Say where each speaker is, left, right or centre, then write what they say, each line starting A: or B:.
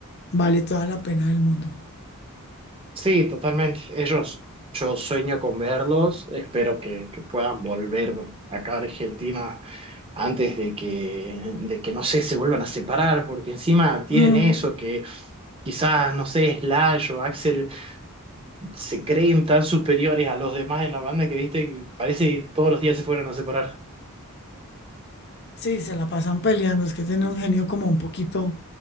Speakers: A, on the left; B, on the right.
A: vale toda la pena del mundo.
B: Sí, totalmente. Ellos, yo sueño con verlos. Espero que, que puedan volver acá a Argentina antes de que, de que, no sé, se vuelvan a separar, porque encima tienen
A: Mm,
B: eso que quizás, no sé, Slash o Axel se creen tan superiores a los demás en la banda que, viste, que parece que todos los días se fueran a separar.
A: sí, se la pasan peleando, es que tiene un genio como un poquito,